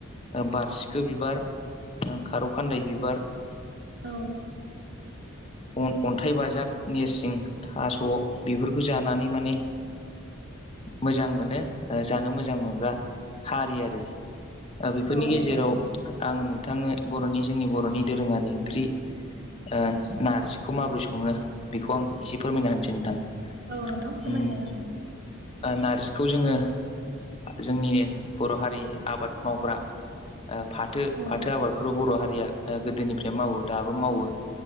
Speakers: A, on the left; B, on the right.
A: बारसिखो बिबार खारौ खान्दाय बिबार
B: औ
A: ओ अन्थाइ बाजाब नेरसिं थास' बेफोरखौ जानानै माने मोजां मोनो जानो मोजां मोनग्रा हारि आरो बेफोरनि
B: औ
A: गेजेराव
B: औ
A: आङो नोंथांनो बर'नि जोंनि बर'नि दोरोङारि ओंख्रि ओ नारजिखौ माबोरै सङो बेखौ आं एसे फोरमायनो हानोसै नोंथां
B: औ नोंथां फोरमायजागोन
A: उम
B: दे
A: नारजिखौ जोङो जोंनि बर' हारि आबाद मावग्रा फाथो
B: औ
A: फाथो आबादखौथ' बर' हारिया गोदोनिफ्राय मावो दाबो मावो